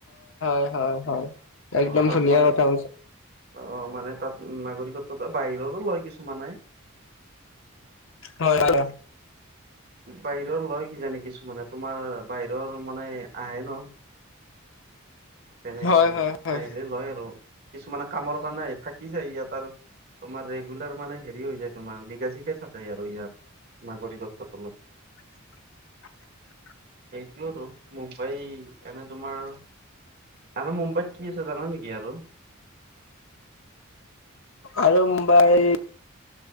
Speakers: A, on the left; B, on the right.
A: এ হয় হয়। একদম
B: অ তাত
A: ধুনীয়া
B: মানে,
A: কথা কৈছা।
B: অ মানে তাত নাগৰিকত্বটো বাহিৰৰো লয় কিছুমানে।
A: লয় <unintelligible>
B: বাহিৰৰ লয় কিজানি কিছুমানে, তোমাৰ বাহিৰৰ মানে আহে ন। তেনেকে
A: হয় হয় হয়
B: সেই লয় আৰু কিছুমানে কামৰ কাৰণে আহি থাকি যায় ইয়াত আৰু। তোমাৰ ৰেগুলাৰ মানে হেৰি হৈ যায় তোমাৰ নিগাজিকে থাকে আৰু ইয়াত। নাগৰিকত্বটো লৈ।
A: <inaudible>
B: সেইটো আৰু মুম্বাই এনে তোমাৰ এনে মুম্বাইত কি আছে জানা নেকি আৰু?
A: আৰু মুম্বাই